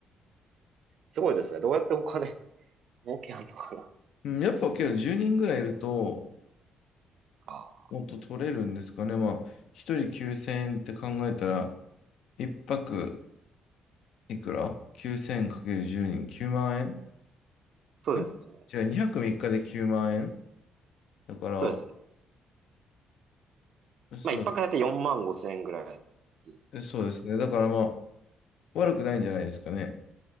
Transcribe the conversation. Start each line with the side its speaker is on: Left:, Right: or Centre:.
Right: すごいですね。どうやってお金儲けあんのかな。
Left: うん、やっぱけど10人ぐらいいると、
Right: ああ、
Left: もっと取れるんですかね。まあ、1人9000円って考えたら、1泊いくら ?9000×10 人、9万円
Right: そうですね。
Left: んじゃあ2泊3日で9万円だか
Right: そうですね。
Left: ら、そう、
Right: まあ、一泊だいたい4万5千円ぐらいの利益っていうか。
Left: えそうですね。だからまあ、悪くないんじゃないですかね。